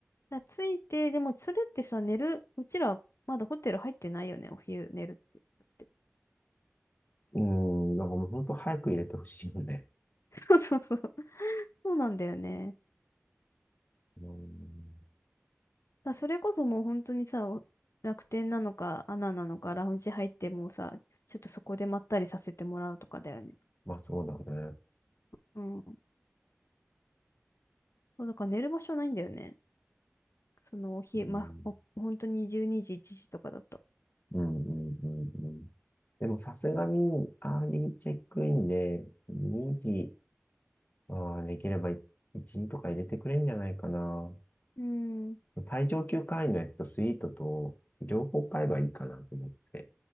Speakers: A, on the left (about 80°); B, on the left (about 40°).
A: だからついて、でもそれってさ、寝る、うちらまだホテル入ってないよね、お昼寝るって。
B: う。うん、なんかもう本当早く入れてほしいよね。
A: <laughs> そうそうそう。そうなんだよね。
B: うん、
A: だそれこそもう本当にさ、お楽天なのか、アナなのか、ラウンジ入ってもうさ、ちょっとそこでまったりさせてもらうとかだよね。
B: まあそうだね。
A: うん。そう、だから寝る場所ないんだよね。その、ひ、ま、
B: うん、
A: お、本当に12時、1時とかだと。
B: うん、うん、うん。うんでもさすがに、アーリーチェックインで2時、ああできれば1時とか入れてくれるんじゃないかな。
A: うん。
B: 最上級会員のやつとスイートと、両方買えばいいかなと思って。